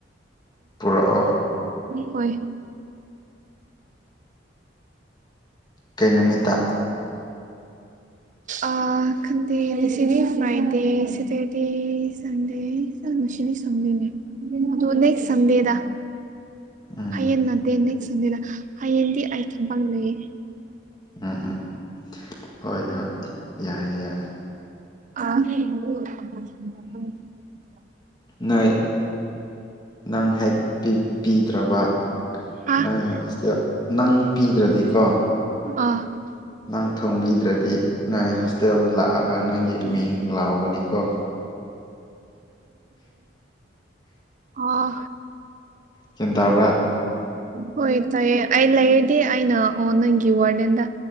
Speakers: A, on the left (about 25°); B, on the right (about 45°).
A: ꯄꯨꯔꯛꯑꯣ
B: ꯍꯣꯏ
A: ꯀꯩ ꯅꯨꯃꯤꯠꯇ
B: ꯑ ꯈꯟꯗꯦ ꯁꯤꯅꯦ ꯐ꯭ꯔꯥꯏꯗꯦ ꯁꯦꯇꯔꯗꯦ ꯁꯟꯗꯦ ꯃꯁꯅꯤ ꯁꯗꯅꯦ ꯑꯗꯨꯅ ꯁꯗꯦꯗ
A: ꯎꯝ
B: ꯍꯌꯦꯡ ꯅꯠꯇꯦ ꯅꯦꯛꯁ ꯁꯟꯗꯦꯗ ꯍꯌꯦꯡꯗꯤ ꯑꯩ ꯊꯕꯛ ꯂꯩ
A: ꯎꯝ ꯎꯝ ꯍꯣꯏ ꯍꯣꯏ ꯌꯥꯏꯦ ꯌꯥꯏꯔꯦ
B: <unintelligible>
A: ꯅꯣꯏ ꯅꯪ ꯍꯦꯛ ꯄꯤꯗ꯭ꯔꯕ
B: ꯑꯥ
A: ꯅꯁꯦꯜ ꯅꯪ ꯄꯤꯗ꯭ꯔꯗꯤ ꯀꯣ
B: ꯑ <unintelligible>
A: ꯅ ꯊꯣꯡꯕꯤꯗ꯭ꯔꯗꯤ ꯅꯪ ꯍꯣꯁꯇꯦꯜꯗ ꯂꯥꯛꯑꯒ ꯅꯪꯒꯤ ꯃꯤꯡ ꯂꯥꯎꯒꯅꯤꯀꯣ
B: ꯑꯥ
A: ꯒ꯭ꯌꯥꯟ ꯇꯥꯕ꯭ꯔꯥ
B: ꯍꯣꯏ ꯇꯥꯏꯌꯦꯦ ꯑꯩ ꯂꯩꯔꯗꯤ ꯑꯩꯅ ꯑꯣ ꯅꯪꯒꯤ ꯋꯥꯔꯗꯦꯟꯗ